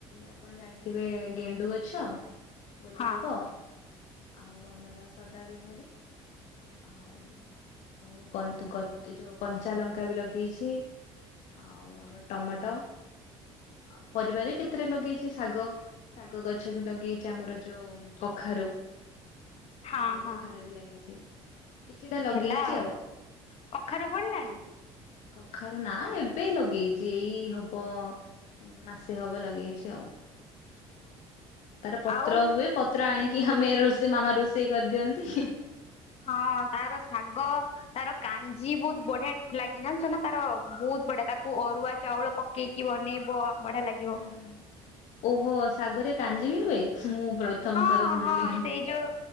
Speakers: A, on the left; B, on the left.
A: ଆପଣ ଜାଣିଥିବେ ଗେଣ୍ଡୁ ଗଛ ଗୋଲାପ
B: ହଁ
A: ଆଉ ଆମର ସଦା ବିିହାରୀ। ଆଉ ଆଉ <unintelligible> ଯୋଉ କଞ୍ଚା ଲଙ୍କା ବି ଲଗେଇଛି। ଆଉ ଆମର ଟମାଟ ଆଉ ପରିବା ବି କେତେଟା ଲଗେଇଛି ଶାଗ ଶାଗ ଗଛ ବି ଲଗେଇଛି ଆମର ଯୋଉ କଖା ରୁ
B: ହଁ
A: ପାଣି
B: ହଁ
A: କଖାରୁ ବି ଲାଗିଛି। କିଛିଟା ଲଗେଇଛି
B: ହେଲା ଆଉ କଖାରୁ ଫଳିଲାଣି।
A: କଖାରୁ ନା ଏବେ ଲଗେଇଛି ଏଇ ହବ ମାସେ ହବ ଲଗେଇଛି ଆଉ। ତାର ପତ୍ର
B: ଆଉ
A: ହୁଏ ପତ୍ର ଆଣିକି ଆମେ ରୋଷେଇ ମାମା ରୋଷେଇ କରିଦିଅନ୍ତି।
B: ହଁ ତାର ଶାଗ ତାର କାଞ୍ଜି ବହୁତ ବଢିଆ ଲାଗେ ଜାଣିଛ ନା ତାର ବହୁତ ବହୁତ ବଢିଆ ତାକୁ ଅରୁଆ ଚାଉଳ ପକେଇକି ବନେଇବ। ବଢିଆ ଲାଗିବ
A: ହୁଁ ହୁଁ ଓହୋ ଶାଗରେ କାଞ୍ଜି ବି ହୁଏ? ମୁଁ ପ୍ରଥମ
B: ହଁ
A: ଥର ଶୁଣିଲି
B: ହଁ ସେଇ ଯୋଉ